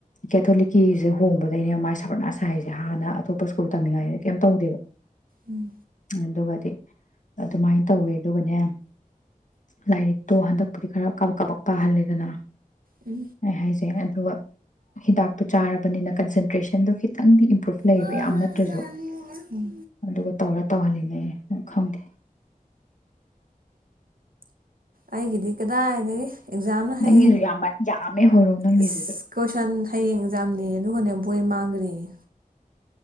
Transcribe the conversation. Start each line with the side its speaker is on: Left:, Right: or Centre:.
Left: ꯀꯦꯊꯣꯂꯤꯛꯀꯤꯁꯦ ꯍꯣꯡꯕꯗꯩꯩꯅꯦꯕ ꯃꯥ ꯁꯔꯕꯅꯥꯁ ꯁꯥꯏꯁꯦ ꯍꯥꯟꯅ ꯑꯇꯣꯞꯄ ꯁ꯭ꯀꯨꯜ ꯇꯝꯃꯤꯉꯥꯏꯗ ꯀꯩꯝ ꯇꯧꯗꯦꯕ
Right: ꯎꯝ
Left: ꯑꯗꯨꯒꯗꯤ ꯑꯗꯨꯃꯥꯏꯅ ꯇꯧꯋꯦ ꯑꯗꯨꯒꯅꯦ ꯂꯥꯏꯔꯤꯛꯇꯣ ꯍꯟꯗꯛꯄꯨꯗꯤ ꯈꯔ ꯀꯥꯕꯛ ꯀꯥꯕꯛ ꯄꯥꯍꯜꯂꯦꯗꯅ
Right: ꯎꯝ
Left: ꯑꯩ ꯍꯥꯏꯖꯦ ꯑꯗꯨꯒ ꯍꯤꯗꯥꯛꯇꯣ ꯆꯥꯔꯕꯅꯤꯅ ꯀꯟꯁꯦꯟꯇ꯭ꯔꯦꯁꯟꯗꯣ ꯈꯤꯇꯪꯗꯤ <unintelligible> ꯂꯩꯌꯦꯕ
Right: ꯎꯝ
Left: ꯌꯥꯝ ꯅꯠꯇ꯭ꯔꯁꯨ ꯑꯗꯨꯒ ꯇꯧꯔ ꯇꯧꯍꯜꯂꯤꯅꯦ ꯈꯪꯗꯦ
Right: ꯑꯩꯒꯤꯗꯤ ꯀꯗꯥꯏꯗꯒꯤ ꯑꯦꯛꯖꯥꯝꯅ ꯍꯌꯦꯡ
Left: ꯅꯪꯒꯤꯁꯨ ꯌꯥꯝ ꯌꯥꯝꯃꯦ ꯍꯣꯏꯔꯣꯡ ꯅꯪꯒꯤꯁꯤꯁꯨ
Right: ꯏꯁ ꯀꯣꯏꯁꯟ ꯍꯌꯦꯡ ꯑꯦꯛꯖꯥꯝꯅꯦꯌꯦ ꯑꯗꯨꯒꯅꯦ ꯕꯣꯏ ꯃꯥꯡꯒ꯭ꯔꯦꯌꯦ